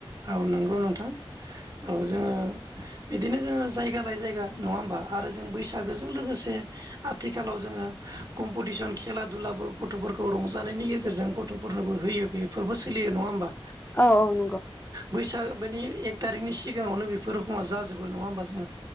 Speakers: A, on the right; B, on the left.
A: औ नंगौ नोंथां। औ जोङो बिदिनो जोङो जायगा लायै जायगा नङा होमबा? आरो जों बैसागोजों लोगोसे आथिखालाव जोङो कम्पिटिसन खेला दुलाबो गथफोरखौ रंजानायनि गेजेरजों गथफोरनोबो होयो बेफोरबो सोलियो। नङा होमबा
B: औ औ नंगौ
A: बैसागोनि एक थारिकनि सिगाङावनो बेफोर रखमा जाजोबो नङा होमबा